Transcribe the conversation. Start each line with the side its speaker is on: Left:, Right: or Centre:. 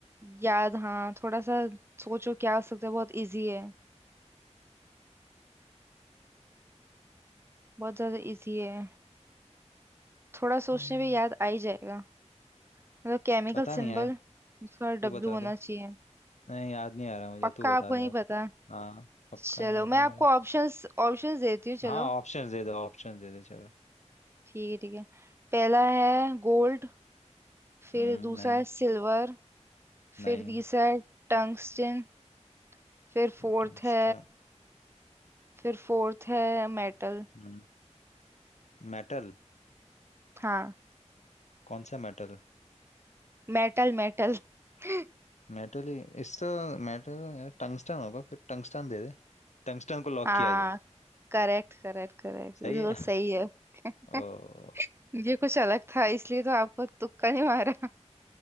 Right: याद हाँ थोड़ा सा सोचो क्या हो सकता है बहुत इजी है बहुत ज्यादा इजी है थोड़ा सोचने
Left: हम्म,
Right: पे याद आ ही जाएगा मतलब केमिकल
Left: पता
Right: सिंबल
Left: नहीं यार
Right: उसका
Left: तू
Right: डब्लू
Left: बता
Right: होना
Left: दे
Right: चाहिए
Left: नहीं याद नहीं आ रहा मुझे
Right: पक्का
Left: तू बता
Right: आपको
Left: दे
Right: नहीं
Left: अब
Right: पता
Left: हाँ पक्का
Right: चलो
Left: याद नहीं
Right: मैं आपको
Left: आ रहा
Right: ऑप्शंस ऑप्शंस देती हूँ चलो
Left: हाँ ऑप्शंस दे दो ऑप्शंस दे दे चलो
Right: ठीक है ठीक है पहला है गोल्ड फिर
Left: हम्म
Right: दूसरा
Left: नहीं
Right: है सिल्वर फिर
Left: नहीं
Right: तीसरा है टंगस्टन फिर फोर्थ
Left: टंगस्टन
Right: है फिर फोर्थ है मेटल
Left: हम्म मेटल
Right: हाँ
Left: कौन सा मेटल
Right: Metal metal <laughs>
Left: मेटल ही इस तो मेटल यार टंगस्टन होगा फिर टंगस्टन दे दे टंगस्टन को लॉक
Right: हाँ
Left: किया जाए
Right: करेक्ट करेक्ट करेक्ट बिल्कुल
Left: सही है
Right: सही है
Left: <laughs> ओ
Right: <laughs> ये कुछ अलग था इसलिए तो आपको तुक्का नहीं मारा <laughs>